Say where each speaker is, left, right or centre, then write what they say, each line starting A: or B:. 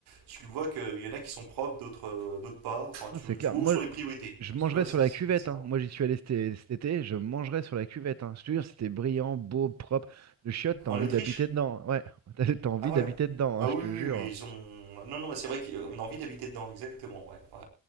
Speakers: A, on the right (about 75°); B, on the right (about 45°).
A: tu vois qu'il y en a qui sont propres, d'autres euh, d'autres pas. Enfin,
B: Non,
A: tu,
B: c'est clair.
A: tu vois
B: Moi,
A: où sont les priorités.
B: Je mangerai
A: Tu vois,
B: sur
A: c'est
B: la cuvette,
A: c'est
B: hein.
A: marrant.
B: Moi, j'y suis allé cet, cet été, je mangerai sur la cuvette, hein. Je te jure, c'était brillant, beau, propre. Le chiotte, t'as
A: En
B: envie
A: Autriche?
B: d'habiter dedans. hein. Ouais, <laughs> t'as t'as envie
A: Ah ouais.
B: d'habiter dedans,
A: Ah
B: hein, je
A: oui,
B: te
A: oui,
B: jure.
A: oui, mais
B: hein.
A: ils ont. Non, non, mais c'est vrai qu'on a envie d'habiter dedans, exactement. Ouais, ouais.